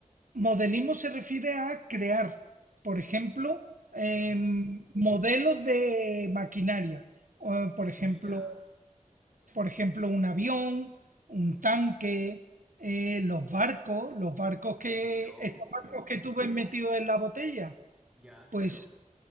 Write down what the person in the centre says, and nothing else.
Ah,
ah,
mira.
Qué loco.
Ya, claro.